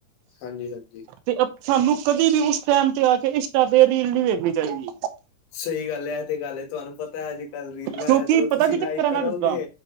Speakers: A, on the left; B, on the right.
A: ਹਾਂਜੀ--ਹਾਂਜੀ।
B: ਤੇ ਸਾਨੂੰ ਕਦੇ ਵੀ ਉਸ ਟਾਈਮ ਤੇ ਆ ਕੇ ਇੰਸਟਾ ਤੇ ਰੀਲ ਨਹੀਂ ਵੇਖਣੀ ਚਾਹੀਦੀ।
A: ਸਹੀ ਗੱਲ ਇਹ ਤੇ ਗੱਲ ਤੁਹਾਨੂੰ ਪਤਾ ਹੈ ਅੱਜ ਕੱਲ ਰੀਲਾਂ
B: ਕਿਉਂਕਿ
A: ਤੇ
B: ਪਤਾ
A: ਤੁਸੀਂ
B: ਕੀ ਚੱਕਰ
A: ਲਾਈਕ
B: ਹੈ
A: ਕਰੋਗੇ।
B: ਮੈਂ ਦੱਸਦਾ